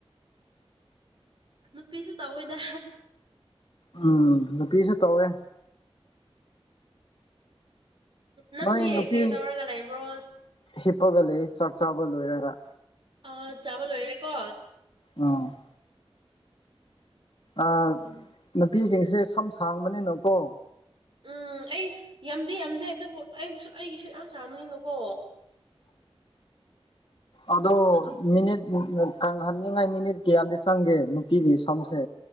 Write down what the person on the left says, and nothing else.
ꯎꯝ ꯅꯨꯄꯤꯁꯨ ꯇꯧꯋꯦ
ꯅꯣꯏ ꯅꯨꯄꯤ
ꯍꯤꯞꯄꯒ ꯂꯩ ꯆꯥꯛ ꯆꯥꯕ ꯂꯣꯏꯔꯒ
ꯎꯝ ꯑꯥ ꯅꯨꯄꯤ ꯁꯤꯡꯁꯦ ꯁꯝ ꯁꯥꯡꯕꯅꯤꯅ ꯀꯣ
ꯑꯗꯣ
ꯃꯤꯅꯤꯠ ꯃꯨꯛ ꯔꯠ ꯀꯪ ꯍꯟꯅꯤꯉꯥꯏ ꯃꯤꯅꯤꯠ ꯀꯌꯥꯗꯤ ꯆꯪꯒꯦ ꯅꯨꯄꯤꯒꯤ ꯁꯝꯁꯦ